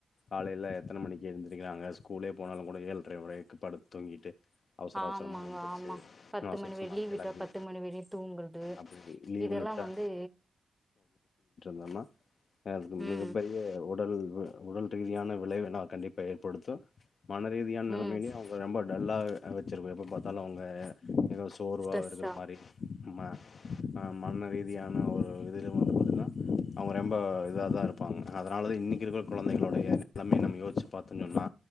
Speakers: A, on the left; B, in the centre.
A: காலைல எத்தன மணிக்கி எந்திரிக்கிறாங்க ஸ்கூலே போனாலு கூட ஏழ்ற வரைக்கு படுத் தூங்கிட்டு அவசர
B: ஆமாங்க
A: அவசரமா எந்திரிச்சு
B: ஆமா பத்து
A: அவசர
B: மணி
A: அவசரமா
B: வெர் லீவ்
A: கெளம்பி
B: விட்டா பத்து மணி வெரியு தூங்கற்து
A: அப்டி லீவுன்னு
B: இதெல்லா
A: விட்டா
B: வந்து
A: லாம <unintelligible>
B: ம்
A: மிகப் பெரிய உடல் உடல் ரீதியான விளைவு என்னாவு கண்டிப்பா ஏற்படுத்து மனரீதியான நெலமைலியு
B: ம்
A: அவங்க ரொம்ப டல்லாவே வெச்சிற்ப எப்பப் பாத்தாலு அவுங்க எதாவ் சோர்வா
B: ஸ்ட்ரெஸ்ஸா
A: இருக்குற மாரி ஆமா ஆ மன ரீதியான ஒரு இதுல வந்து பாத்தீனா அவ்ங்க ரொம்ப இதாதா இருப்பாங்க அதனால தா இன்னிக்கி இருக்ற கொழந்தைகளோடைய நிலமைய நம்ம யோசிச்சு பாத்தோண் சொன்னா